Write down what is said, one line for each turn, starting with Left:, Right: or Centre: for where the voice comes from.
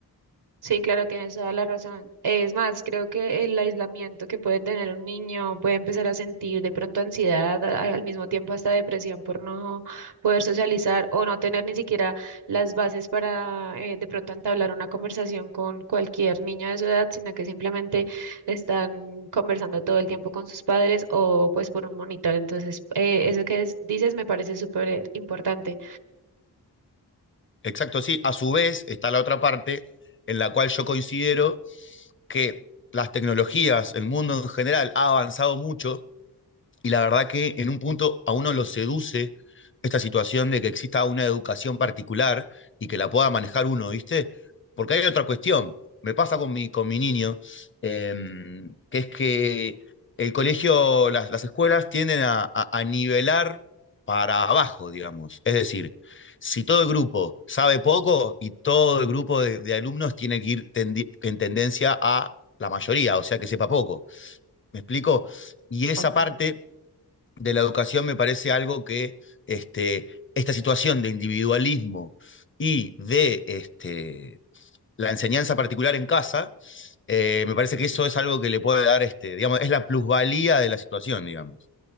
Right: Sí, claro, tienes toda la razón. Es más, creo que el aislamiento que puede tener un niño puede empezar a sentir de pronto ansiedad, a- al mismo tiempo hasta depresión por no poder socializar o no tener ni siquiera las bases para eh, de pronto entablar una conversación con cualquier niño de su edad, sino que simplemente están conversando todo el tiempo con sus padres o pues por un monitor. Entonces, eh, eso que es- dices me parece súper importante.
Left: Exacto, sí. A su vez está la otra parte en la cual yo considero que las tecnologías, el mundo en general, ha avanzado mucho y la verdad que en un punto a uno lo seduce esta situación de que exista una educación particular y que la pueda manejar uno, ¿viste? Porque hay otra cuestión, me pasa con mi, con mi niño, eh, que es que el colegio, las, las escuelas tienden a, a- a nivelar para abajo, digamos. Es decir, si todo el grupo sabe poco y todo el grupo de, de alumnos tiene que ir tendi- en tendencia a la mayoría, o sea, que sepa poco. ¿Me explico? Y esa
Right: Ok.
Left: parte de la educación me parece algo que este, esta situación de individualismo y de este, la enseñanza particular en casa, eh, me parece que eso es algo que le puede dar, este, digamos, es la plusvalía de la situación, digamos.